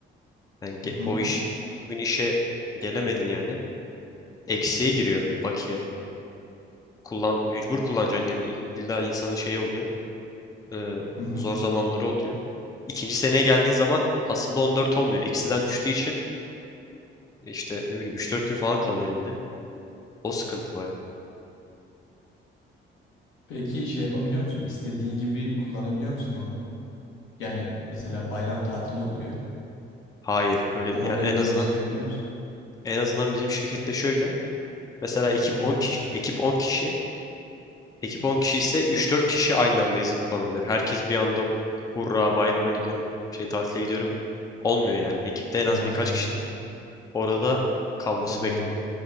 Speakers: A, on the left; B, on the left.
A: Yani ge-
B: Hı hı.
A: o iş o gün işe gelemedin yani. Eksiye giriyor bakiye. Kullan, mecbur kullanacaksın yani. İ- İlla insanın şeyi oluyor. Ee,
B: Hı hı.
A: zor zamanları oluyor. İkinci seneye geldiğin zaman aslında 14 olmuyor. Eksiden düştüğü için işte ne bileyim 3-4 gün falan kalıyor elinde. O sıkıntı baya.
B: Peki şey yapabiliyor musun? İstediğin gibi kullanabiliyor musun onu? Yani mesela bayram tatili oluyor.
A: Hayır. Öyle
B: Onu
A: ya
B: oraya
A: en azından
B: birleştirebiliyor musun?
A: En azından bizim şirkette şöyle. Mesela ekip
B: Hı hı.
A: 10 kişi, ekip 10 kişi, ekip 10 kişi ise 3-4 kişi aynı anda izin kullanabilir. Herkes bir anda hurra bayrama gidiyorum, şey tatile gidiyorum olmuyor yani. Ekipte
B: Ha,
A: en az birkaç kişinin orada kalması
B: anladım.
A: bekleniyor.